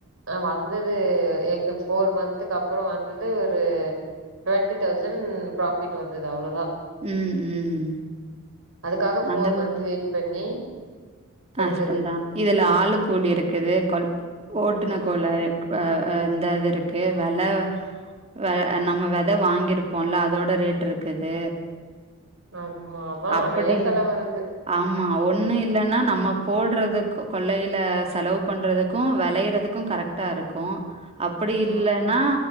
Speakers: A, on the right; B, on the right.
A: ஆ வந்தது எங்க ஃபோர் மந்த்கப்பறோ வந்து ஒரு ட்வெண்ட்டி தௌசண்ட் ப்ராஃபிட் வந்துது அவ்ளோதா
B: ம் ம்
A: அதுக்காக ஃபோர்
B: அந்த
A: மந்த்‌ வெயிட் பண்ணி
B: நஷ்டோந்தா
A: எடுத்தது
B: இதுல ஆளு கூலி இருக்குது கொல் ஓட்டுன
A: ம்
B: கோல ஆ‌ ஆ இந்தது இருக்கு வெல வெ நம்ம வெத வாங்கிருப்போல அதோட ரேட் இருக்குது
A: ஆமா அதா நெறயா
B: அப்படி
A: செலவு இருக்கு
B: ஆமா ஒண்ணு இல்லனா நம் நம்ம போட்றது கொள்ளையில செலவு பண்றதுக்கு வெளையறது க்கு கரெக்டா இருக்கு அப்டி இல்லேனா
A: ம்